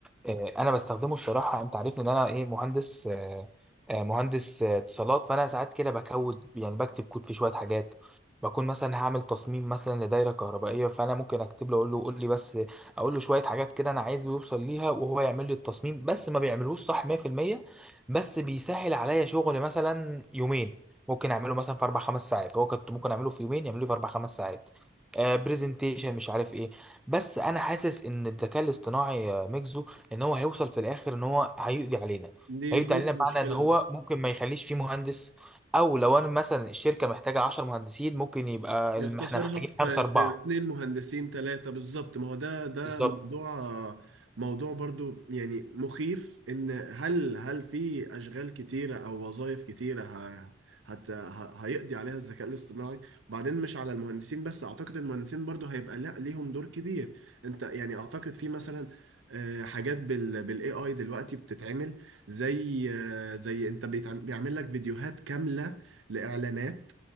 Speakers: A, in the centre; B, on the right (about 85°).
A: آه، انا بستخدمه الصراحه انت عارفني ان انا ايه مهندس آه، آه، مهندس آه، اتصالات فانا ساعات كده بكود يعني بكتب كود في شويه حاجات بكون مثلا هعمل تصميم مثلا لدايره كهربائيه فانا ممكن اكتب له اقول له قول لي بس اقول له شويه حاجات كده انا عايزه يوصل ليها وهو يعمل لي التصميم بس ما بيعملوش صح 100% بس بيسهل عليا شغل مثلا يومين ممكن اعمله مثلا في اربع خمس ساعات هو كنت ممكن اعمله في يومين يعمله في اربع خمس ساعات برزنتيشن مش عارف ايه بس انا حاسس ان الذكاء الاصطناعي آه، ميجزو ان هو هيوصل في الاخر ان هو هيقضي علينا
B: دي
A: هيقضي
B: دي
A: علينا
B: المشكلة
A: بمعنى ان هو
B: بقى
A: ممكن ما يخليش فيه مهندس او لو انا مثلا الشركه محتاجه 10 مهندسين ممكن يبقى
B: يختصرها
A: الم- احنا محتاجين
B: في
A: خمسه اربعه
B: في اتنين مهندسين تلاتة بالظبط ما هو ده ده
A: بالظبط
B: موضوع موضوع برضو يعني مخيف ان هل هل في اشغال كتيرة او وظائف كتيرة ه- هت ه- هيقضي عليها الذكاء الاصطناعي وبعدين مش على المهندسين بس اعتقد المهندسين برضو هيبقى لا ليهم دور كبير انت يعني اعتقد في مثلا آه، حاجات بال بالاي اي دلوقتي بتتعمل زي آه، زي انت بيتعم- بيعمل لك فيديوهات كاملة لاعلانات